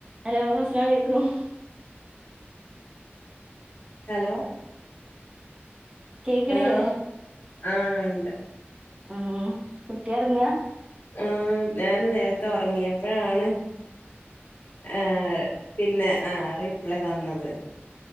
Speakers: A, on the right (about 25°); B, on the left (about 55°).
A: Hello അസ്‌ലാം അലേക്കും.
B: Hello.
A: കേക്കണില്ലേ
B: Hello ആ ഇണ്ട്.
A: ഓ കുട്ടി ഒറങ്ങാ?
B: ആഹ് ഞാന് നേരത്തെ ഉറങ്ങിയപ്പഴാണ് ആഹ് പിന്നെ ആ റിപ്ലൈ തന്നത്.